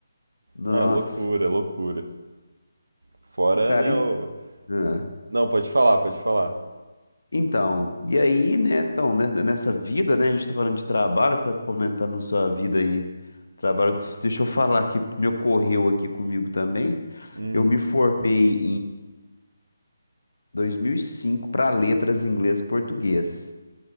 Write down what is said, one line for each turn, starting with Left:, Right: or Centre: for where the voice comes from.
Left: Nossa,
Right: Ah, loucura, loucura. Fora,
Left: cara.
Right: né,
Left: en-
Right: o...
Left: ah.
Right: Não, pode falar, pode falar.
Left: Então, e aí, né? Então, né, nessa vida, né? A gente tá falando de trabalho, você tá comentando sua vida aí. Trabalho, deixa eu falar aqui, porque me ocorreu aqui comigo também.
Right: Hum.
Left: Eu me formei 2005 para letras inglês e português.